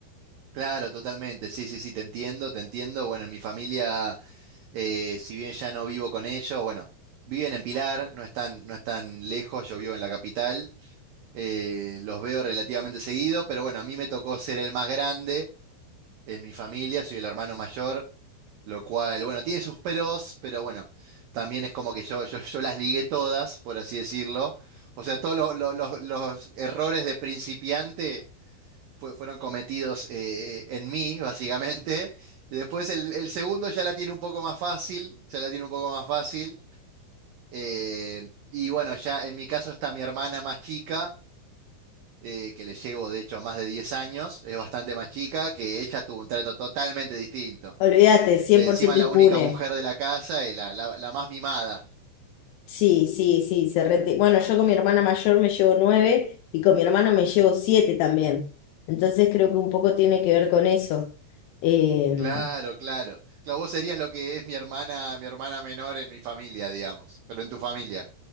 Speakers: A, on the right; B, on the left.
A: Claro, totalmente. Sí, sí, sí, te entiendo, te entiendo. Bueno, en mi familia, eh, si bien ya no vivo con ellos, bueno, viven en Pilar, no están, no están lejos, yo vivo en la capital. eh, los veo relativamente seguido, pero bueno, a mí me tocó ser el más grande. en mi familia, soy el hermano mayor, lo cual, bueno, tiene sus peros, pero bueno, también es como que yo, yo, yo las ligué todas, por así decirlo. O sea, todos los, los- los- los errores de principiante fue- fueron cometidos eh, en mí, básicamente. Después el, el segundo ya la tiene un poco más fácil, ya la tiene un poco más fácil. Eh, y bueno, ya en mi caso está mi hermana más chica eh, que le llevo de hecho más de 10 años, es bastante más chica, que ella tuvo un trato totalmente distinto.
B: Olvídate, cien
A: Eh,
B: por
A: Encima
B: ciento
A: la
B: impune.
A: única mujer de la casa y la, la- la más mimada.
B: Sí, sí, sí, se reti- Bueno, yo con mi hermana mayor me llevo nueve y con mi hermano me llevo siete también. Entonces creo que un poco tiene que ver con eso. Em,
A: Claro, claro. Claro, vos serías lo que es mi hermana, mi hermana menor en mi familia, digamos, pero en tu familia.